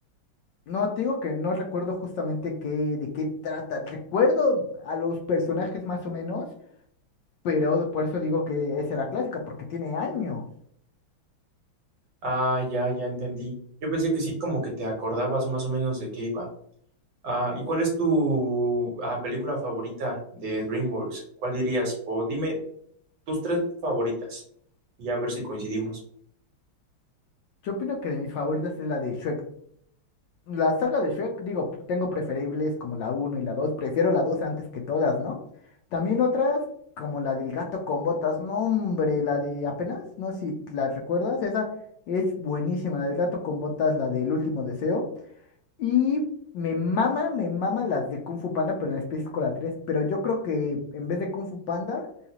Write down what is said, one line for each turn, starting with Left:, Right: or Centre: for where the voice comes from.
Left: No, te digo que no recuerdo justamente qué, de qué trata. Recuerdo a los personajes más o menos, pero por eso digo que esa era clásica, porque tiene años.
Right: Ah, ya, ya entendí. Yo pensé que sí, como que te acordabas más o menos de qué iba. Ah, ¿y cuál es tu ah, película favorita de DreamWorks? ¿Cuál dirías? O dime tus tres favoritas y a ver si coincidimos.
Left: Yo opino que de mis favoritas es la de Shrek La saga de Shrek, digo, p- tengo preferibles como la uno y la dos prefiero la 2 antes que todas, ¿no? También otras como la del gato con botas, no hombre, la de apenas, no sé si la recuerdas, esa es buenísima, la del gato con botas, la del último deseo. Y me mama, me mama las de Kung Fu Panda, pero en específico la tres pero yo creo que en vez de Kung Fu Panda,